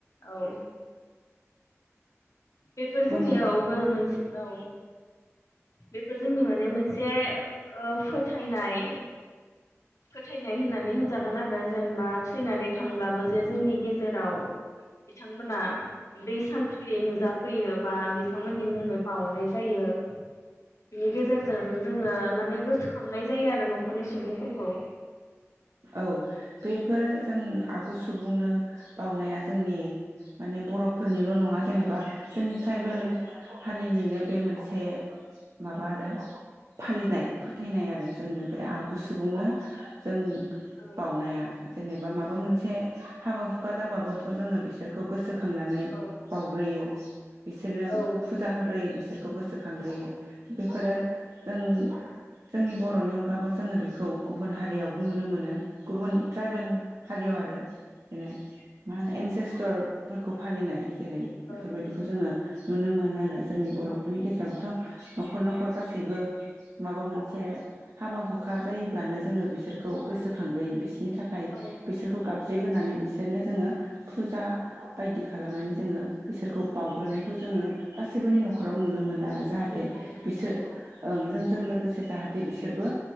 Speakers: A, on the left (about 80°); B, on the right (about 75°).
A: औ बेफोर
B: बुं
A: जोंनि
B: दे
A: औ गो मोनसे औ बेफोर जोंनि माने मोनसे ओ फोथायनाय फोथायनाय होन्नानै होनजागोन आरो जेनेबा थैनानै थांब्लाबो जे जोंनि गेजेराव बिथांमोना बै सानखालि नुजाफैयो बा बिथांमोननि मुङै बावनाय जायो बेनि गेजेरजों जोङो माने गोसोखांनाय जायो आरो न'खरनि सुबुंफोरखौ
B: औ बेफोर जों आगु सु बुंनो बावउनाया जोंनि माने बर'फोरनिल' नङा जेनेबा जोंनि ट्राइबेल
A: औ
B: हारिनिनो बे मोनसे माबा आरो फालिनाय फोथायनाय आरो जोंनो बे आगु सुबुंनो जों
A: औ
B: बावउनाया जेनेबा माबा मोनसे हाबा हु खा जाबाबोथ' जोङो बिसोरखौ गोसोखांनानै
A: औ
B: बावउग्रोयो बिसोरनो
A: औ
B: फुजा होग्रोयो बिसोर खौ गोसोखांग्रोयो बेफोरो
A: औ
B: जों जोंनि बर'नि अनगाबो जोङो बेखौ गुबुन हारियावबो नुनो मोनो। गुबुन ट्राइबेल हारियाव आरो बेनो मा होनो सेस्थरफोरखौ फालिनाय जेरै
A: औ
B: बेफोरबायदिखौ जोङो नुनो मोनो आरो जोंनि बर' फोरनि गेजेरावथ' न'खर न'खर गासैबो माबा मोनसे हाबा हुखा जायोब्लानो जोङो बिसोरखौ गोसोखांग्रोयो बिसिनि थाखाय
A: औ
B: बिसोरखौ गाबज्रिगानै बि बिसोरनो जोङो फुजा बायदि खालामनानै जोङो बिसोरखौ बावउग्रोनायखौ जोङो गासैबोनि न'खराव नुनो मोना। जाहाथे
A: नुनो मोनो
B: बिसोर
A: औ
B: ओं जोंजों लोगोसे जाहाथे बिसोरबो